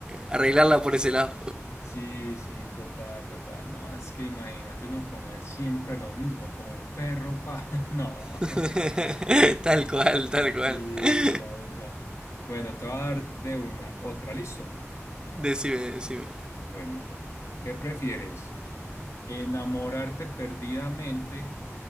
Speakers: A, on the right (about 15°); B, on the left (about 70°).
A: arreglarla por ese lado.
B: Sí, sí, total, total. No, es que imagínate uno comer siempre lo mismo, como un perro, pa. <laughs> No.
A: <laughs> Tal cual, tal cual.
B: Y
A: <laughs>
B: dura, dura. Bueno, te voy a dar de una, otra, ¿listo?
A: Decime, decime.
B: Bueno, ¿qué prefieres? ¿Enamorarte perdidamente,